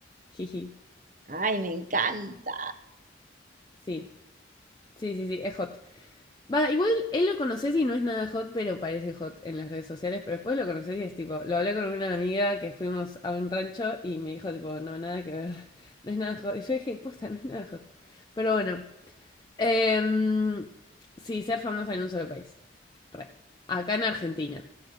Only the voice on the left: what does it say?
Jiji.
Sí. Sí, sí, sí, es hot. Va, igual él lo conoces y no es nada hot, pero parece hot en las redes sociales, pero después lo conoces y es tipo, lo hablé con una amiga que fuimos a un rancho y me dijo tipo, no, nada que ver, <laughs> no es nada hot. Y yo dije, posta, no es nada hot. Pero bueno, Em, sí, ser famosa en un solo país. Re. Acá en Argentina.